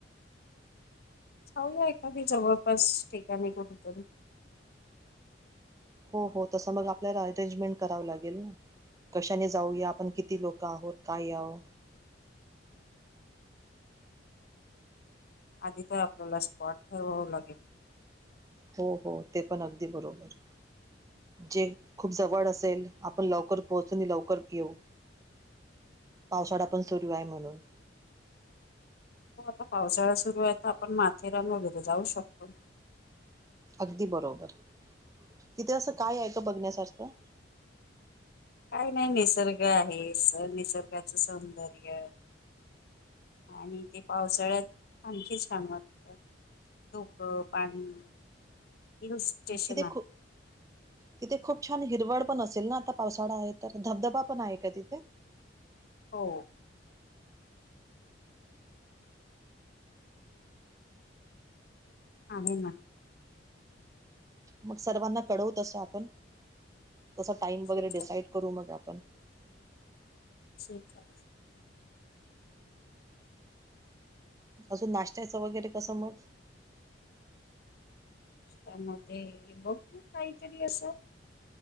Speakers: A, on the left; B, on the right.
A: चाललंय जवळपास ठिकाणी कुठंतरी.
B: हो हो तसं मग आपल्याला अरेंजमेंट करावं लागेल ना. कशाने जाऊया आपण किती लोक आहोत काय आहो.
A: आधी तर आपल्याला स्पॉट ठरवावं लागेल.
B: हो हो ते पण अगदी बरोबर. जे खूप जवळ असेल आपण लवकर पोहोचू न लवकर येऊ. पावसाळा पण सुरू आहे म्हणून.
A: हो आता पावसाळा सुरू आहे तर आपण माथेरान वगैरे जाऊ शकतो.
B: अगदी बरोबर, तिथे असं काय आहे का बघण्यासारखं.
A: काय नाही निसर्ग आहे स निसर्गाचं सौंदर्य. आणि ते पावसाळ्यात आणखी छान वाटतं. <unintelligible>
B: किती
A: आहे
B: खू तिथे खूप छान हिरवळ पण असेल ना आता पावसाळा आहे तर धबधबा पण आहे का तिथे?
A: हो. <unintelligible>
B: मग सर्वांना कळव तस आपण तसा टाइम वगैरे
A: ठीक
B: डिसाइड
A: आहे
B: करू मग आपण.
A: हा
B: अजून नाश्त्याचं वगैरे कसं मग.
A: त्यामध्ये बघू काहीतरी असं.